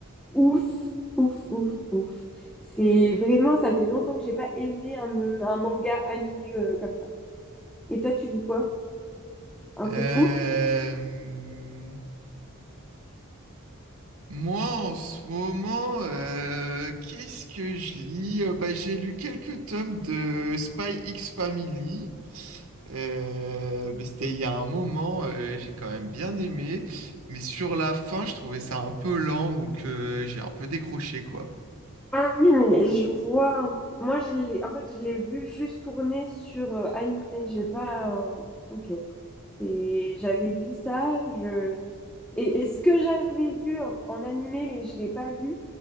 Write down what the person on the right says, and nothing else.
Euh,
hum, moi, en ce moment, euh, qu'est-ce que je lis? Euh, Bah, j'ai lu quelques tomes de Spy X Family. Euh, mais c'était il y a un moment, euh, j'ai quand même bien aimé. Mais sur la fin, je trouvais ça un peu lent, donc euh, j'ai un peu décroché, quoi.